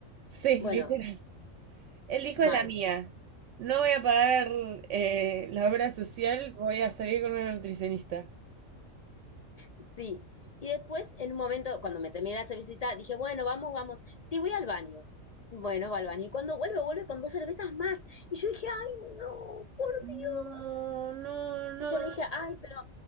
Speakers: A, on the right (about 70°); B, on the left (about 75°).
A: sí,
B: Bueno,
A: literal. El hijo
B: mal.
A: es la mía. No voy a pagar eh, la obra social, voy a salir con una nutricionista.
B: Sí. Y después, en un momento, cuando me terminé de visita, dije, bueno, vamos, vamos. Sí, voy al baño. Bueno, va al baño. Y cuando vuelve, vuelve con dos cervezas más. Y yo dije, ay, no, por
A: No,
B: Dios.
A: no,
B: Y
A: no,
B: yo le dije, ay, pero